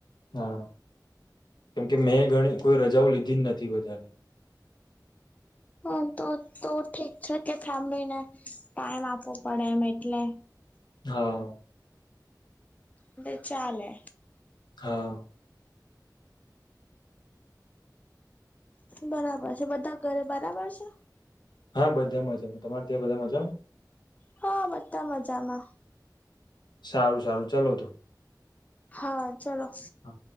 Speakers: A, on the left; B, on the left.
A: હા કેમકે મેં ઘણી કોઈ રજાઓ લીધી જ નથી વધારે.
B: હા તો તો ઠીક છે કે ફેમલીને ટાઈમ આપવો પડે એમ એટલે
A: હા.
B: મેં ચાલે
A: હા.
B: બરાબર છે બધા ઘરે બરાબર છે.
A: હા બધા મજામાં તમારે ત્યાં બધા મજમા.
B: હા બધા મજામાં.
A: સારું સારું ચાલો તો.
B: હા ચલો.
A: હા